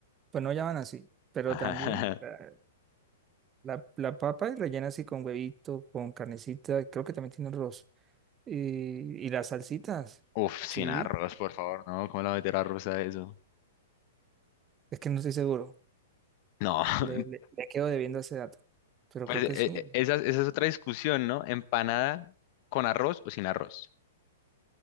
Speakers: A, on the right; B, on the left.
A: Pues no llaman así, pero
B: <laughs> Ajá.
A: también la, la, la papa es rellena así con huevito, con carnecita, creo que también tiene arroz. Y, y las salsitas,
B: Uf, sin
A: sí,
B: arroz, por favor, ¿no? ¿Cómo la meter arroz a eso?
A: es que no estoy seguro,
B: No, <laughs>
A: le, le, le quedo debiendo ese dato, pero
B: pues
A: creo que
B: eh,
A: sí.
B: eh, esa, esa es otra discusión, ¿no? Empanada con arroz o sin arroz.